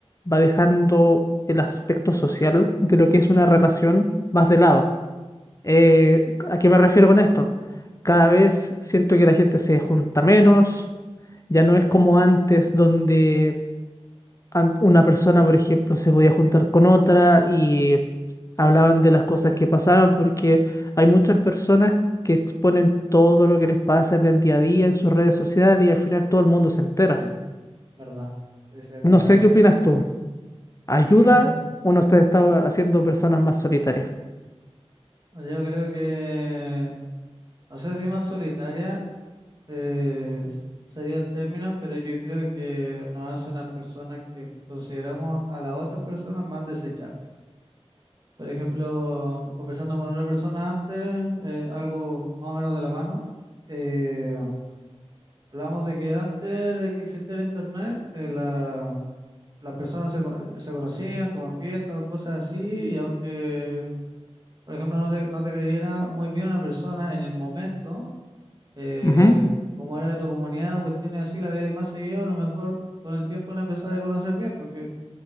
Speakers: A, on the left; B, on the right.
A: va dejando el aspecto social de lo que es una relación más de lado. Eh, ¿a qué me refiero con esto? Cada vez siento que la gente se junta menos, ya no es como antes donde an- una persona, por ejemplo, se podía juntar con otra y hablaban de las cosas que pasaban, porque hay muchas personas que exponen todo lo que les pasa en el día a día, en sus redes sociales, y al final todo el mundo se entera.
B: Sí, verdad. Sí, sí, es
A: No
B: verdad
A: sé
B: eso.
A: qué opinas tú. ¿Ayuda
B: <clears throat>
A: o no te está haciendo personas más solitarias?
B: Yo creo que, no sé si más solitaria eh, s- sería el término, pero yo creo que nos hace una persona que consideramos a la otra persona más desechables. Por ejemplo, conversando con otra persona antes, eh, algo más o menos de la mano, eh, hablábamos de que antes de que existiera internet, eh, la- las personas se, co- se conocían como en fiestas o cosas así, y aunque Por ejemplo, no te, no te cayera muy bien una persona en el momento, eh,
A: Ujú,
B: como era de tu comunidad o cuestiones así, la veías más seguido, a lo mejor con el tiempo la empezabas a conocer bien, porque